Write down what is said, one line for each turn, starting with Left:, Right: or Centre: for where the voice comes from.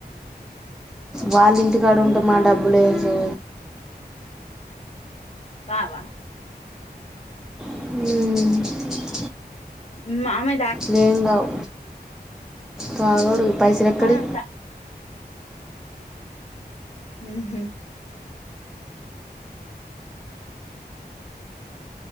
Centre: వాళ్ళు ఇంటికాడ
Left: ఉమ్
Centre: ఉంటే మా డబ్బులే హా
Left: కావా
Centre: హ
Left: హమ్ ఆమె
Centre: లేన్గావ్ కావడు పైసలు ఎక్కడి
Left: ఆ తా ఓహో